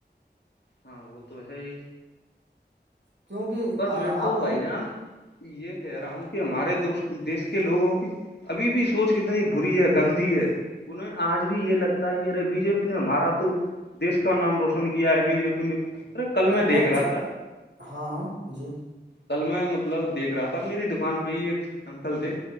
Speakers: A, on the left; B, on the right.
A: ہاں وہ تو ہے ہی
B: کیونکہ
A: پر
B: آپ
A: میں تو بھائی
B: نے
A: جان یہ کہہ رہا ہوں کہ ہمارے دو دیش کے لوگوں کی ابھی بھی سوچ کتنی بری ہے گندی ہے انہیں آج بھی یہ لگتا ہے کہ ارے بی جے پی نے ہمارا تو دیس کا نام روشن کیا ہے بی جے پی نے کل
B: ارے
A: میں دیکھ
B: بہت
A: رہا تھا
B: ہاں ہاں جی
A: کل میں مطلب دیکھ رہا تھا میری دکان پہ ہی ایک انکل تھے